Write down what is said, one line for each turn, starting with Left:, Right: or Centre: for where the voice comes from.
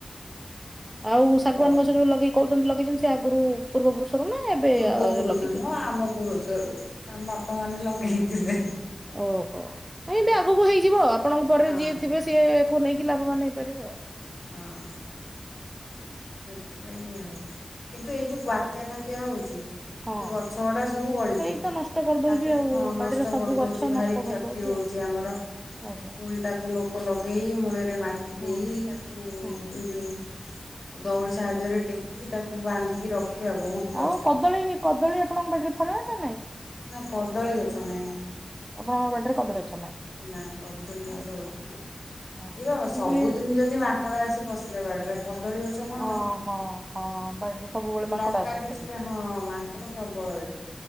Right: ଆଉ ଶାଗୁଆାନ
Left: ହଁ
Right: ଗଛ ଯୋଉ ଲଗେଇ କହୁଛନ୍ତି ଲଗେଇଛନ୍ତି ସେ ଆଗରୁ ପୂର୍ବ ପୁରୁଷରୁ ନା ଏବେ
Left: ପୂର୍ବ ପୁରୁଷ
Right: ଲଗେଇଛ
Left: ନୁହଁ ଆମ ପୁରୁଷରୁ ଆମ ବାପା ମାନେ ଲଗେଇ ଥିଲେ
Right: ଓହୋ ନାଇଁ ଏ ଆଗକୁ ହେଇଯିବ ଆପଣଙ୍କ ପରେ
Left: ହଁ
Right: ଯିଏ ଥିବେ
Left: ହଁ
Right: ସିଏ ନେଇକି କି ଲାଭବାନ ହେଇପାରିବ ଆଉ
Left: ହଁ ସେଥିଲାଗି ଆଉ କିନ୍ତୁ ଏଇ ଯୋଉ ବାତ୍ୟା
Right: ଆଜ୍ଞା।
Left: ଫାତଆ ହଉଛି ସେ
Right: ହଁ
Left: ଗଛ ଗୁଡା ସବୁ ଗଳି
Right: ସେଇ
Left: ପଡୁଛି
Right: ତ ନଷ୍ଟ କରିଦଉଛି
Left: ତାକୁ
Right: ଆଉ
Left: ହଁ
Right: ବାଡିର
Left: ନଷ୍ଟ
Right: ସବୁ
Left: କରିଦଉଛି
Right: ଗଛ
Left: ଭାରି
Right: ନଷ୍ଟ
Left: କ୍ଷତି
Right: କରିଦଉଛି
Left: ହଉଛି
Right: ଆଉ।
Left: ଆମର
Right: ଆଜ୍ଞା
Left: ପୁଣି ତାକୁ ଲୋକ ଲଗେଇ ମୂଳରେ ମାଟି
Right: ହୁଁ
Left: ଦେଇ ତାକୁ ଏଇ
Right: ହୁଁ
Left: ଯୋଉ
Right: ହୁଁ।
Left: ଦଉଡ଼ି ସାହାଯ୍ୟରେ ଟେକି ତାକୁ ବାନ୍ଧିକି
Right: ହୁଁ।
Left: ରଖିବା ବହୁତ କଷ୍ଟ
Right: ଆଉ କଦଳୀ କଦଳୀ ଆପଣଙ୍କ ପାଟରେ ଫଳିବ ନା ନାଇଁ
Left: ନା କଦଳୀ ଗଛ ନହିଁ
Right: ଆପଣଙ୍କ ବାଡିରେ କଦଳୀ ଗଛ ନାହିଁ?
Left: ନାଇ କନ୍ଦଳ ବଷ
Right: ଆଚ୍ଛା
Left: ହୋତେ ନାଇଁ
Right: ହଁ।
Left: ଏ
Right: କିନ୍ତୁ
Left: ସବୁଦିନ
Right: ଏ
Left: ଯଦି ମା କକା ଆସି ପଶିଲେ ବାଡିରେ କଦଳୀ ଗଛ କଣ
Right: ଓହୋ
Left: ରଖିବି
Right: ହଁ ବାଡିରେ ସବୁବେଳେ ମାଙ୍କଡ
Left: ଲଙ୍କା
Right: ଆସନ୍ତି
Left: କିଛିଟା
Right: ସେଠି?
Left: ହଁ ମାଙ୍କଡ ପ୍ରବଳ ଏଠି।